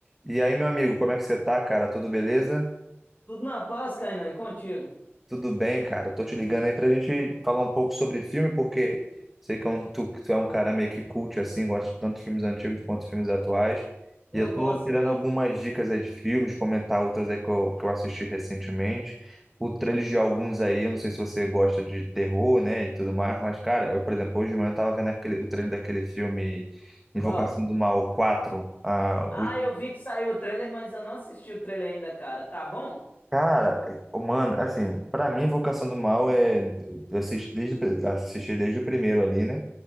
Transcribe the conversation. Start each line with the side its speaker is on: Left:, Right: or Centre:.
Centre: E aí, meu amigo, como é que você tá, cara? Tudo beleza?
Left: Tudo na paz, Kainan, e contigo?
Centre: Tudo bem, cara? Tô te ligando aí pra gente falar um pouco sobre filme, porque sei que é um- tu, tu é um cara meio que cult, assim, gosta tanto de filmes antigos quanto de filmes atuais.
Left: Eu
Centre: E eu
Left: gosto
Centre: tô querendo
Left: mesmo.
Centre: algumas dicas aí de filmes, comentar outras aí que eu, que eu assisti recentemente. O trailer de alguns aí, eu não sei se você gosta de terror, né, e tudo mais, mas, cara, eu, por exemplo, hoje de manhã eu tava vendo aquele, o trailer daquele filme
Left: Qual?
Centre: Invocação do Mal quatro a,
Left: Ah, eu vi que saiu o trailer, mas eu não assisti o trailer ainda, cara. Tá bom?
Centre: Cara, eu- mano, assim, pra mim, Invocação do Mal é. Eu assisti desde, assisti desde o primeiro ali, né?